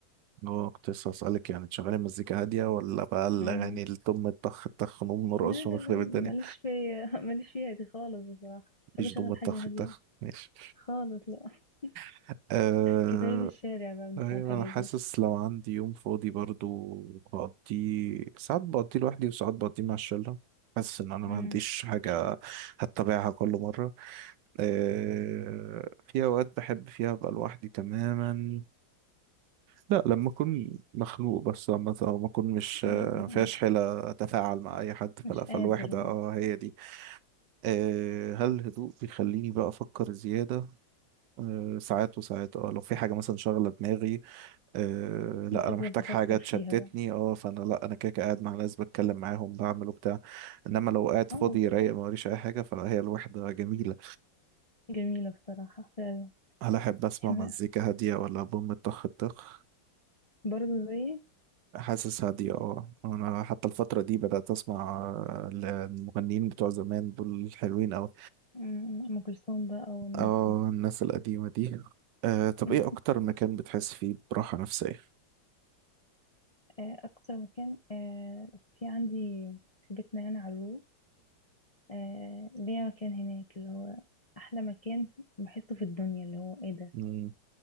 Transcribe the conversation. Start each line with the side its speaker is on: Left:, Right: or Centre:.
Right: هو كنت لسه هسألك يعني تشغلي مزيكا هادية ولا بقى الأغاني
Left: امم
Right: الدم الطخ الطخ نقوم نرقص
Left: لا لا
Right: ونخرب
Left: لا ماليش
Right: الدنيا
Left: في <laughs> ماليش فيها دي خالص بصراحة بحب
Right: مفيش
Left: اشغل
Right: دم الطخ
Left: حاجة هادية
Right: الطخ ماشي
Left: خالص لا <laughs>
Right: <laughs> أه
Left: كفاية في الشارع بقى بنسمع
Right: ايوه
Left: الحاجات
Right: انا حاسس
Left: دي
Right: لو عندي يوم فاضي برضو بقضيه ساعات بقضيه لوحدي وساعات بقضيه مع الشله حاسس ان انا ما
Left: امم
Right: عنديش حاجه هتبعها كل مره أه في اوقات بحب فيها ابقى لوحدي تماما لا لما اكون مخنوق بس لما او ما اكون مش آه،
Left: امم امم
Right: ما فيهاش حيله اتفاعل مع اي حد
Left: مش
Right: فلا فالوحده
Left: قادر بقى
Right: اه هي دي أه هل الهدوء بيخليني بقى افكر زياده أه ساعات وساعات اه لو في حاجه مثلا شاغله دماغي أه لا
Left: بتفضل
Right: انا محتاج
Left: تفكر
Right: حاجه تشتتني
Left: فيها بقى
Right: اه فانا لا انا كده كده قاعد مع ناس بتكلم معاهم بعمل وبتاع انما لو قاعد
Left: اه
Right: فاضي
Left: بالظبط
Right: رايق ما وريش اي حاجه فهي الوحده جميله
Left: جميلة بصراحة فعلا
Right: هل احب اسمع
Left: احنا
Right: مزيكا هاديه ولا بوم طخ طخ
Left: برضه زي
Right: حاسس هاديه اه انا حتى الفتره دي بدات اسمع آه، المغنيين بتوع زمان دول حلوين قوي
Left: أمم، أم كلثوم بقى والناس
Right: اه
Left: دي
Right: الناس القديمه دي أه طب
Left: <laughs>
Right: ايه اكتر مكان بتحس فيه براحه نفسيه
Left: آه، أكتر مكان آه، في عندي في بيتنا يعني على الروف آه، ليا مكان هناك اللي هو أحلى مكان بحسه في الدنيا اللي هو إيه ده
Right: مم.